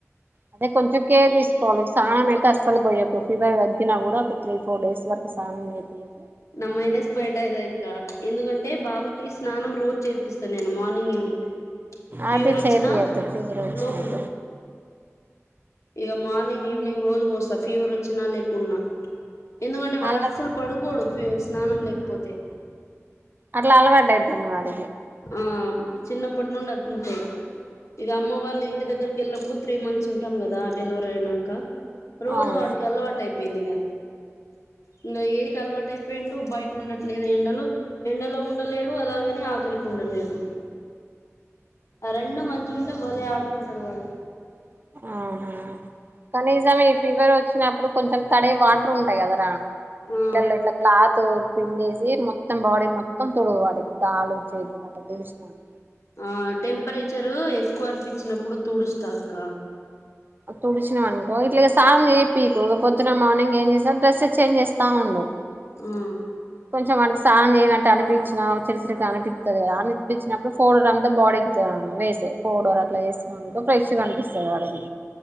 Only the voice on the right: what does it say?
అదే కొంచం కేేర్ దీసుకోవాల సానం అ తేఅస్సల్ బోయకు. ఫీవర్ తగ్గిన గూడా ఒక త్రీ ఫోర్ డేస్ వరకు సానం జేపియకు
అది చేపియద్దు ఫీవర్ వచ్చినప్పుడు
అలా
అట్లా అలవాటైపెయింది వాడికి
అవును
ఆ కానీసమ్ ఈ ఫీవర్ వచ్చినప్పుడు కొంచెం తడి వాట్రుంటాయి గదా రా
నీళ్ళళ్ళో ఇట్లా క్లా తు పిండేసి మొత్తం బాడీ మొత్తం తుడవాలి. కాలు చేతులు అట్లా తుడుస్కోండి.
తుడిచినావనుకో ఇట్లా ఇగ స్నానం చేపీకు. ఇక పొద్దున్న, మార్నింగ్ ఏం చేస్తార్ డ్రెస్స్ చేంజ్ చేస్తా ఉండు.
కొంచెం వాళ్ళకి స్నానం చేయనట్టు అనిపించిన <unintelligible> అనిపించినప్పుడు ఫౌర్డర్ అంతా బాడీకి వేసేయ్ ఫౌర్డరు అట్లా వేసినవనుకో ప్రెష్ గా అనిపిస్తుంది వాడికి.